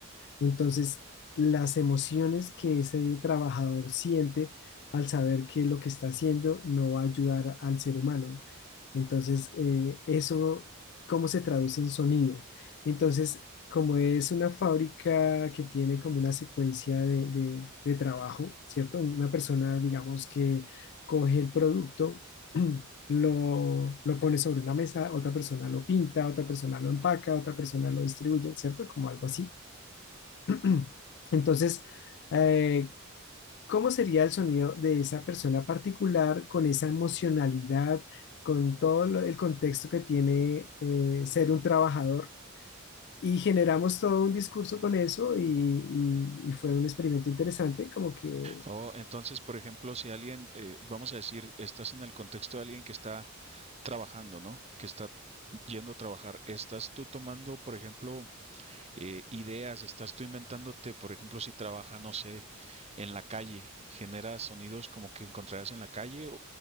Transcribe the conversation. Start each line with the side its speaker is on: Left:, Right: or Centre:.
Left: Entonces, las emociones que ese trabajador siente al saber que lo que está haciendo no va a ayudar al ser humano. Entonces, eh, eso, ¿cómo se traduce en sonido? Entonces, como es una fábrica que tiene como una secuencia de, de- de trabajo, ¿cierto? Una persona, digamos, que coge el producto, <clears throat> lo, lo pone sobre una mesa, otra persona lo pinta, otra persona lo empaca, otra persona lo distribuye, ¿cierto? Como algo así. <clears throat> Entonces, eh, ¿cómo sería el sonido de esa persona particular con esa emocionalidad, con todo lo- el contexto que tiene eh, ser un trabajador? Y generamos todo un discurso con eso y, y- y fue un experimento interesante, como que
Right: O entonces, por ejemplo, si alguien, eh, vamos a decir, estás en el contexto de alguien que está trabajando, ¿no? Que está yendo a trabajar. Estás tú tomando, por ejemplo, eh, ideas, estás tú inventándote, por ejemplo, si trabaja, no sé, en la calle, generas sonidos como que encontrarás en la calle o,